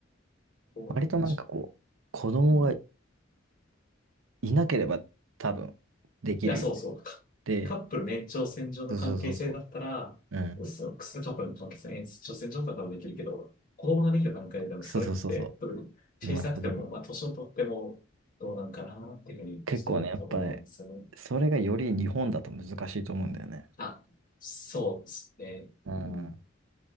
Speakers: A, on the left; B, on the right.
A: どうなんでし
B: 割となんかこう、子供が
A: ょう。うん
B: いなければ多分、できるよね。
A: や、そうそう。カカップルの延長線上の関係性だったら、
B: で、そうそうそうそう。うん。
A: そのカップルの関係性の延長線上だったらできるけど、子供ができた段階でもそれって、
B: そうそうそうそ
A: 特に小さくても、
B: う。生まれた時に。
A: まあ、年を取ってもどうなんかなっていうふうに、
B: 結構ね、
A: ちょっと思うんですよね。
B: やっぱね、それがより日本だと難しいと思うんだよね。
A: あ、そうですね。
B: うん。
A: うん。